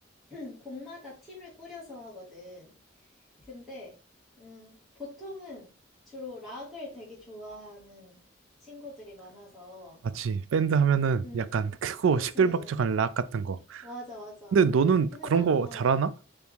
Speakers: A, in the centre; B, on the right.
A: <clears throat> 곡마다 팀을 꾸려서 하거든. 근데 음, 보통은 주로 락을 되게 좋아하는 친구들이 많아서
B: 맞지. 밴드 하면은
A: 음,
B: 약간 크고
A: 그치.
B: 시끌벅적한 락 같은 거.
A: 맞아, 맞아.
B: 근데 너는
A: 근데
B: 그런
A: 나,
B: 거
A: 어,
B: 잘하나?